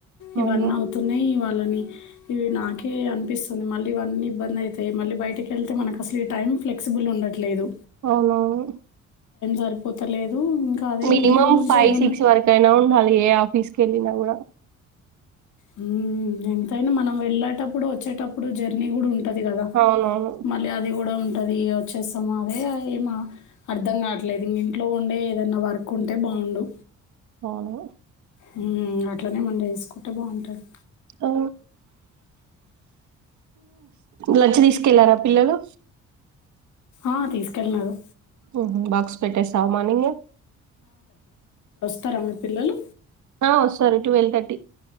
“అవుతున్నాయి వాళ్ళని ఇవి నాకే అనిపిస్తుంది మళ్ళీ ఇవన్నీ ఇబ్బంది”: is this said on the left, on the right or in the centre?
Left